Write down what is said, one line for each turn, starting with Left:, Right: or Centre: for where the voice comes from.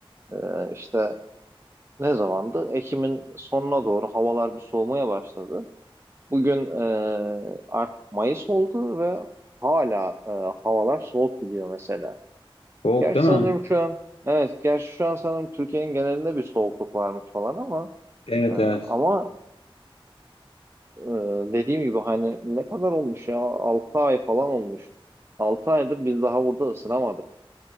Right: e, işte ne zamandı? Ekim'in sonuna doğru havalar bir soğumaya başladı. Bugün e, artık Mayıs oldu ve hala e, havalar soğuk gidiyor mesela.
Left: Soğuk
Right: Gerçi
Left: değil
Right: sanırım
Left: mi?
Right: şu an evet gerçi şu an sanırım Türkiye'nin genelinde bir soğukluk varmış falan ama
Left: Evet
Right: e,
Left: evet.
Right: ama e, dediğim gibi hani ne kadar olmuş ya 6 ay falan olmuş. 6 aydır biz daha burada ısınamadık.